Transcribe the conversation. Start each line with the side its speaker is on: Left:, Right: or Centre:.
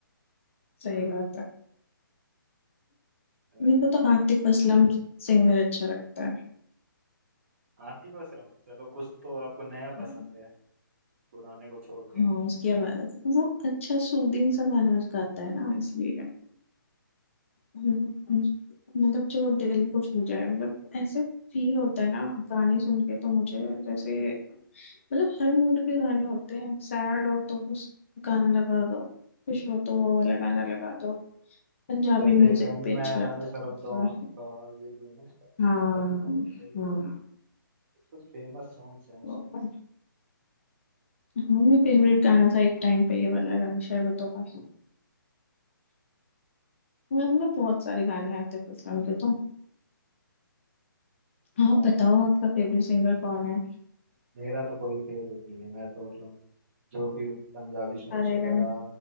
Left: सही बात है
Right: अ,
Left: मेरे को तो आतिफ असलम सिंगर अच्छा लगता है
Right: आतिफ असलम चलो कुछ तो आपको नया
Left: हाँ।
Right: पसंद है पुराने को छोड़ के
Left: हाँ उसकी आवाज वो अच्छा सूदिंग सा गाना गाता है ना इसलिए मतलब जो दिल को छू जाए मतलब ऐसे फील होता है ना गाने सुन के तो मुझे जैसे मतलब हर मूड के गाने होते हैं सैड हो तो उस गाना लगा दो खुश हो तो वो वाला गाना लगा दो पंजाबी
Right: जैसे
Left: म्यूजिक
Right: एक है, मैं
Left: पे अच्छा लगता
Right: रंग सरबतों
Left: है थोड़ा थोड़ा
Right: का ये भी है ना उसका
Left: हाँ
Right: आतिफ असलम का ये भी-
Left: हाँ
Right: कुछ फेमस सॉन्ग्स हैं उसके
Left: हाँ हाँ, मेरा फेवरेट गाना था एक टाइम पे ये वाला रंग शरबतों का मतलब बहुत सारे गाने आते थे इस्लाम के तो हाँ
Right: हाँ
Left: बताओ
Right: यार
Left: आपका फेवरेट सिंगर कौन है
Right: मेरा तो कोई फेवरेट नहीं है मैं तो मतलब जो भी पंजाबी सॉन्ग्स
Left: सारे
Right: वगैरह
Left: गाने